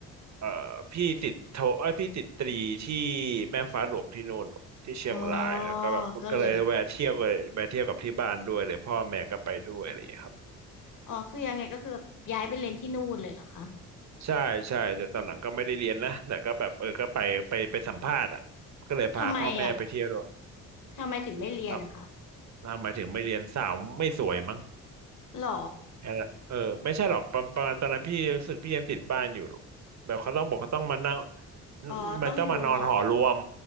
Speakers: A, on the right; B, on the left.
A: เอ่อพี่ติดโทเอ้ยพี่ติดตรีที่แม่ฟ้าหลวงที่นู่นที่เชียงรายแล้วก็แบบก็เลยแวะเที่ยวเลยแวะเที่ยวกับที่บ้านด้วยเลยพ่อแม่ก็ไปด้วยอะไรอย่างเงี้ยครับ
B: อ๋อก็เลยแบบอ๋อคือยังไงก็คือแบบย้ายไปเรียนที่นู่นเลยเหรอคะ
A: ใช่ใช่แต่ตอนหลังก็ไม่ได้เรียนนะแต่ก็แบบเออก็ไปไปไปสัมภาษณ์อ่ะก็เลยพาพ่อแม่ไปเที่ยวด้วย
B: ทำไมอะทำไมถึงไม่เรียนนะคะ
A: ครับนะหมายถึงไม่เรียนสาวไม่สวยมั้ง
B: หรอ
A: นั่นแหละเออไม่ใช่หรอกประประมาณตอนนั้นพี่รู้สึกพี่ยังติดบ้านอยู่หรอกแบบเขาต้องบอกเขาต้องมานั่ง
B: อ๋อต้องอยู่หอ
A: มันต้องมานอนหอรวม